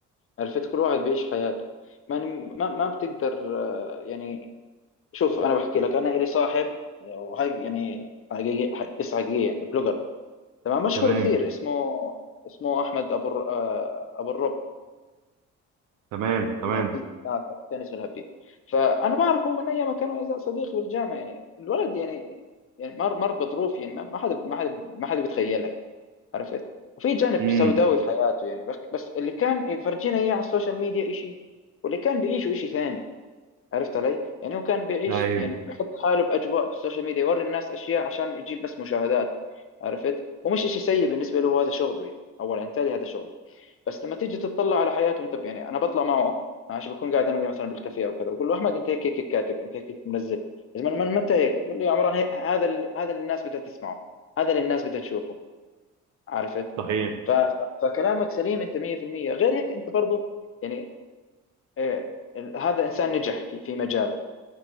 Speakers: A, on the left; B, on the right.
A: عرفت كل واحد بيعيش حياته يعني ما ما بتقدر آه، يعني شوف انا بحكي لك انا لي صاحب وهي يعني حقيقي حق- قصه حقيقيه يعني بلوجر تمام مشهور
B: تمام
A: كثير اسمه اسمه احمد ابو الر- آه، ابو الرب
B: تمام تمام
A: الهبي آه كان اسمه الهبي فانا بعرفه من ايام ما كان أعز- صديقي بالجامعه يعني الولد يعني يعني مر مر بظروف يعني ما ما حدا ما حدا ما حدا بيتخيلها يعني عرفت وفي جانب
B: امم
A: سوداوي في حياته يعني بس بس اللي كان يفرجينا اياه على السوشيال ميديا شيء واللي كان بيعيشه شيء ثاني عرفت علي؟ يعني هو كان بيعيش
B: ايوه
A: يعني بيحط حاله بأجواء بالسوشيال ميديا يوري الناس أشياء عشان يجيب بس مشاهدات عرفت؟ ومش إشي سيء بالنسبة له هذا شغله يعني أولا يعني تالي هذا شغله بس لما تيجي تطلع على حياته أنت ب- يعني أنا بطلع معه ماشي بكون قاعد أنا وياه مثلا بالكافيه أو كذا بقول له أحمد أنت هيك هيك كاتب أنت هيك هيك منزل يا زلمة من متى هيك؟ بقول لي يا عمران هيك هذا ال- هذا اللي الناس بدها تسمعه هذا اللي الناس بدها تشوفه عرفت؟
B: صحيح
A: ف... ف- فكلامك سليم أنت 100% غير هيك أنت برضه يعني آه، هذا إنسان نجح في في مجاله